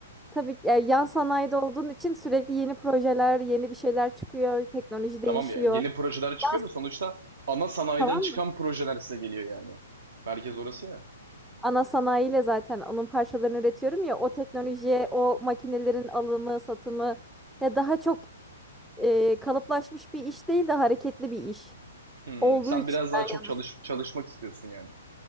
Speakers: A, in the centre; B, on the right.
A: Tabii ki, e, yan sanayide olduğun için sürekli yeni projeler, yeni bir şeyler çıkıyor, teknoloji değişiyor.
B: Tamam ya yeni projeler çıkıyor
A: Yan,
B: da sonuçta ana sanayiden
A: tamam
B: çıkan
A: mı?
B: projeler size geliyor yani. Merkez orası ya.
A: ana sanayiyle zaten onun parçalarını üretiyorum ya o teknolojiye, o makinelerin alımı, satımı ya daha çok e, kalıplaşmış bir iş değil de hareketli bir iş
B: Hmm,
A: olduğu
B: sen
A: için
B: biraz daha
A: ben
B: çok
A: yalnız.
B: çalış çalışmak istiyorsun yani.